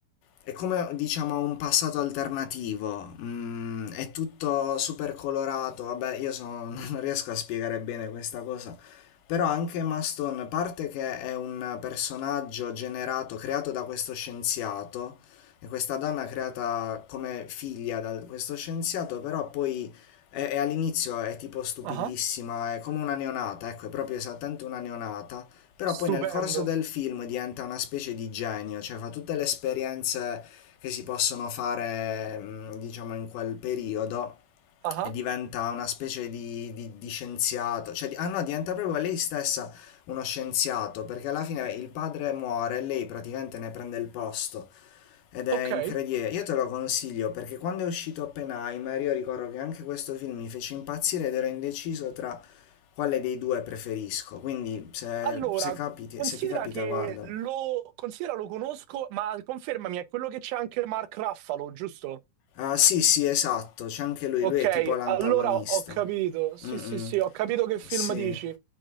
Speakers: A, on the left (about 85°); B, on the right (about 80°).
A: è come diciamo un passato alternativo, mm, è tutto super colorato, vabbè io sono- <laughs> non riesco a spiegare bene questa cosa, però anche Maston, a parte che è un personaggio generato, creato da questo scienziato, e questa donna creata come figlia da questo scienziato, però poi è, è all'inizio è tipo stupidissima,
B: Ah,
A: è come una neonata, ecco, è proprio esattamente una neonata però
B: stupendo.
A: poi nel corso del film diventa una specie di genio, cioè fa tutte le esperienze che si possono fare, mh, diciamo, in quel periodo
B: Ah,
A: e diventa una specie di, di- di scienziato, cioè, di- ah no, diventa proprio lei stessa uno scienziato, perché alla fine il padre muore e lei praticamente ne prende il posto. Ed è
B: ok.
A: incredibile, io te lo consiglio perché quando è uscito Oppenheimer io ricordo che anche questo film mi fece impazzire ed ero indeciso tra quale dei due preferisco, quindi se,
B: Allora,
A: se capiti-
B: considera
A: se ti capita
B: che
A: guarda.
B: lo, considera lo conosco, ma confermami, è quello che c'è anche Mark Raffalo, giusto?
A: Ah sì sì esatto, c'è anche lui,
B: Ok,
A: lui è tipo l'antagonista.
B: allora ho capito. Sì,
A: Mm,
B: sì, sì,
A: mm.
B: ho capito che film
A: Sì,
B: dici.